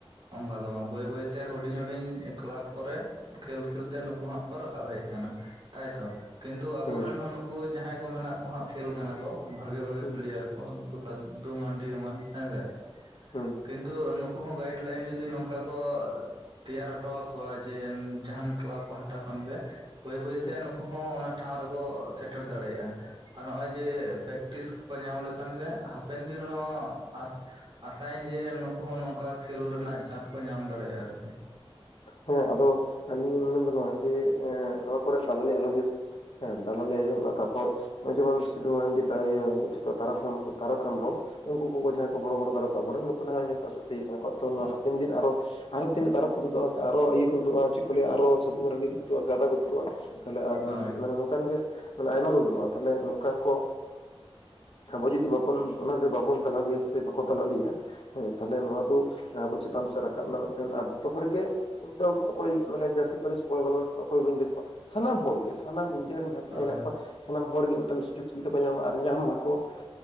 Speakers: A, on the right; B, on the left.
A: ᱚᱱᱠᱟ ᱫᱚ ᱵᱟᱝ ᱵᱟᱹᱭ ᱵᱟᱹᱭ ᱛᱮ ᱦᱩᱰᱤᱧ ᱦᱩᱰᱤᱧ ᱠᱞᱟᱵᱽ ᱠᱚᱨᱮ, ᱠᱷᱮᱞ ᱠᱷᱮᱞ ᱛᱮ ᱱᱩᱠᱩ ᱦᱟᱸᱜ ᱠᱚ ᱨᱟᱠᱟᱵ ᱦᱮᱡ ᱟᱠᱟᱱᱟ ᱾ ᱛᱟᱭᱛᱚ ᱠᱤᱱᱛᱩ ᱟᱵᱚᱨᱮᱱ
B: ᱦᱩᱸ
A: ᱦᱚᱸ ᱱᱩᱠᱩ ᱡᱟᱦᱟᱸᱭ ᱠᱚ ᱢᱮᱱᱟᱜ ᱠᱚᱣᱟ ᱦᱟᱸᱜ, ᱠᱷᱮᱞ ᱠᱟᱱᱟ ᱠᱚ ᱾ ᱵᱷᱟᱜᱮ ᱵᱷᱟᱜᱮ
B: ᱦᱩᱸ
A: ᱯᱞᱮᱭᱟᱨ ᱠᱚ, ᱱᱩᱠᱩ ᱥᱟᱫᱫᱩ ᱢᱟᱱᱰᱤ ᱮᱢᱟᱱ ᱦᱮᱸᱥᱮ ᱾
B: ᱦᱩᱸ
A: ᱠᱤᱱ ᱛᱚ ᱱᱩᱠᱩ ᱦᱚᱸ ᱜᱟᱭᱤᱰ ᱞᱟᱭᱤᱱ ᱡᱚᱫᱤ ᱱᱚᱝᱠᱟ ᱠᱚ ᱛᱮᱭᱟᱨ ᱦᱚᱴᱚ ᱟᱠᱚᱣᱟ ᱡᱮ, ᱡᱟᱦᱟᱱ ᱠᱞᱟᱵᱽ ᱯᱟᱦᱴᱟ ᱠᱷᱚᱱ ᱜᱮ ᱾ ᱵᱟᱹᱭ ᱵᱟᱹᱭᱛᱮ
B: ᱦᱩᱸ
A: ᱱᱩᱠᱩ ᱦᱚᱸ ᱚᱱᱟ ᱴᱷᱟᱶ ᱨᱮᱠᱚ ᱥᱮᱴᱮᱨ ᱫᱟᱲᱮᱭᱟᱜᱼᱟ᱾ ᱟᱨ ᱱᱚᱜᱼᱚᱭ ᱡᱮ, ᱯᱮᱠᱴᱤᱥ ᱠᱚᱠᱚ ᱧᱟᱢ ᱞᱮᱠᱷᱟᱱ ᱜᱮ ᱦᱟᱯᱮᱱ ᱫᱤᱱ ᱨᱮᱦᱚᱸ ᱟᱥᱛ ᱟᱥᱟᱭᱟᱹᱧ ᱡᱮ, ᱱᱩᱠᱩ ᱦᱚᱸ ᱱᱚᱝᱠᱟ ᱠᱷᱮᱞ ᱨᱮᱱᱟᱜ ᱪᱟᱱᱥ ᱠᱚ ᱧᱟᱢ ᱫᱟᱲᱮᱭᱟᱜᱼᱟ ᱟᱨᱠᱤ ᱾
B: ᱦᱮᱸ ᱟᱫᱚ ᱟᱞᱤᱧ ᱞᱤᱧ ᱢᱮᱱᱫᱟ ᱱᱚᱣᱟ ᱡᱮ, ᱱᱚᱣᱟ ᱠᱚᱨᱮ ᱫᱟᱞᱟᱞᱤ ᱟᱞᱚ ᱦᱩᱭᱩᱜ ᱢᱟ᱾ ᱦᱮᱸ, ᱫᱟᱞᱟᱞᱤ ᱟᱞᱚ ᱦᱩᱭᱩᱜᱢᱟ ᱾ᱛᱟᱯᱚᱨ ᱱᱚᱜᱼᱚᱭ ᱡᱮᱢᱚᱱ, ᱥᱤᱫᱷᱩ ᱢᱟᱱᱰᱤ ᱛᱟᱨᱚᱠ ᱦᱮᱢᱵᱨᱚᱢ ᱾ ᱩᱱᱠᱩ ᱠᱚ ᱡᱟᱦᱟᱸᱭ ᱠᱚ ᱵᱚᱲᱚ ᱵᱚᱲᱚ ᱫᱟᱨᱚ ᱟᱵᱚ ᱨᱮᱱ, ᱱᱩᱠᱩ ᱦᱚᱸ ᱱᱤᱛ ᱚᱥᱚᱥᱛᱤᱤᱭ ᱠᱚ ᱛᱚ ᱦᱟᱯᱮᱱ ᱫᱤᱱ ᱟᱨᱚ ᱟᱨ ᱦᱚᱸ ᱛᱤᱱᱟᱜ ᱛᱟᱨᱚᱠ ᱠᱚ ᱛᱩᱫᱩ-ᱟ ᱾ ᱟᱨᱚ ᱤᱭᱟᱹ ᱠᱚ ᱛᱩᱫᱩᱜᱼᱟ, ᱪᱮᱫ ᱠᱚ ᱞᱟᱹᱭᱟ ᱟᱨᱚ ᱥᱟᱟᱹᱫᱩᱢ ᱢᱟᱨᱟᱱᱰᱤ ᱠᱚ ᱛᱩᱫᱩᱜᱼᱟ ᱾ ᱜᱟᱫᱟ ᱠᱚ ᱛᱩᱫᱩᱜᱼᱟ᱾ ᱛᱟᱦᱚᱞᱮ
A: ᱦᱳᱭ
B: ᱢᱟᱱᱮ ᱱᱚᱝᱠᱟᱱ ᱜᱮ ᱢᱟᱱᱮ ᱟᱭᱢᱟ ᱠᱚ ᱛᱩᱫᱩᱜᱼᱟ ᱾ ᱛᱟᱦᱞᱮ ᱱᱚᱝᱠᱟ ᱠᱚ ᱟᱵᱚ ᱡᱩᱫᱤ ᱵᱟᱵᱚᱱ ᱚᱱᱟ ᱨᱮ ᱵᱟᱵᱚᱱ ᱫᱟᱞᱟᱞᱤᱭᱟ ᱥᱮ ᱵᱟᱠᱚ ᱛᱟᱞᱟ ᱞᱮᱭᱟ ᱦᱮᱸ ᱛᱟᱦᱞᱮ ᱱᱚᱣᱟ ᱫᱚ, ᱟᱵᱚ ᱪᱮᱛᱟᱱ ᱥᱮᱫ ᱨᱟᱠᱟᱵ ᱮᱱᱟ ᱢᱤᱫᱴᱮᱱ ᱟᱨ ᱡᱚᱛᱚ ᱦᱚᱲᱜᱮ ᱤᱧ ᱫᱚ ᱚᱠᱚᱭ ᱢᱟᱱᱮ ᱡᱟᱹᱛᱤ ᱯᱟᱹᱨᱤᱥ ᱚᱠᱚᱭᱞᱟ ᱚᱠᱚᱭ ᱵᱟᱹᱧ ᱵᱷᱮᱫ ᱠᱚᱣᱟ᱾ ᱥᱟᱱᱟᱢ ᱦᱚᱲᱜᱮ ᱥᱟᱱᱟᱢ ᱤᱱᱰᱤᱭᱟᱱ ᱡᱟᱦᱟᱸ ᱛᱤᱱᱟᱹᱜ
A: ᱦᱳᱭ
B: ᱦᱮᱱᱟᱜ ᱠᱚᱣᱟ ᱥᱟᱱᱟᱢ ᱦᱚᱲᱜᱮ ᱢᱤᱫᱴᱮᱱ ᱥᱩᱡᱳᱜᱽ ᱥᱩᱵᱤᱫᱷᱟ ᱠᱚ ᱧᱟᱢᱟ᱾ ᱟᱨ ᱧᱟᱢ ᱢᱟᱠᱚ ᱾